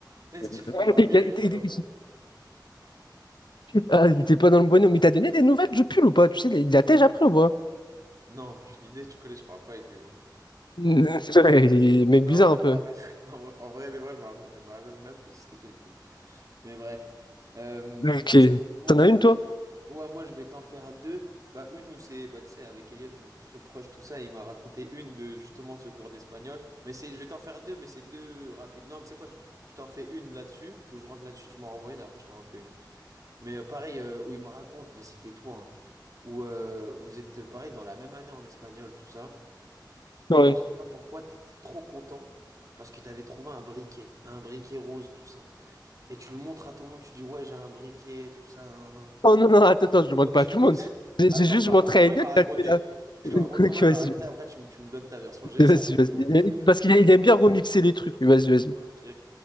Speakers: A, on the right; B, on the left.
A: Là, il se dit,
B: Ouais,
A: le frérot Amir,
B: il il-
A: il est pas
B: il-
A: dans le
B: il-
A: bon.
B: ah, il était pas dans le bonhomme. Mais t'as donné des nouvelles du pull ou pas? Tu sais, il la tège après ou pas?
A: Non, aucune idée, tu connais, je parle pas avec lui maintenant.
B: <laughs> Ouais, il est mec
A: Non,
B: bizarre
A: en vrai,
B: un
A: je
B: peu.
A: me rappelle. <laughs> En vrai, en vrai, des vrais, je me rappelle pas. Je me rappelle même plus c'était quel pull. Mais bref. Euh, moi,
B: Ok.
A: c'est moi,
B: T'en
A: moi,
B: as une, toi?
A: Ouais, moi je vais t'en faire deux. Bah une où c'est bah tu sais avec Elliot on était très proches tout ça et il m'a raconté une de justement ce cours d'espagnol. Mais c'est je vais t'en faire deux mais c'est deux rapides. Non, tu sais quoi, je, je t'en fais une là-dessus où je rentre là-dessus, tu m'en renvoies une après je t'en refais une. Mais euh, pareil euh, où il me raconte mais c'était toi hein, où euh, vous êtes euh, pareil dans la même année en espagnol tout ça
B: Ouais.
A: et je sais pas pourquoi t'étais trop content parce que t'avais trouvé un briquet, un briquet rose tout ça. Et tu le montres à tout le monde, tu dis ouais, j'ai un briquet tout ça. nan, nan.
B: Oh non, non, attends, attends, je demande
A: Donc
B: pas
A: tu
B: à tout
A: te poses.
B: le monde. J'ai
A: <laughs> Attends,
B: j'ai juste
A: je te raconte
B: montré
A: quand
B: à Elliot,
A: même la raconter.
B: il a fait la-
A: Je
B: <laughs>
A: te raconte quand
B: Ok,
A: même
B: vas-y,
A: la raconter. Après, tu me, tu me donnes ta version. J'ai
B: vas-y,
A: sa version,
B: vas-y.
A: tu
B: vas-y.
A: me donnes ta version.
B: Parce qu'il a- il aime bien remixer les trucs, lui, vas-y,
A: <laughs>
B: vas-y.
A: Ok.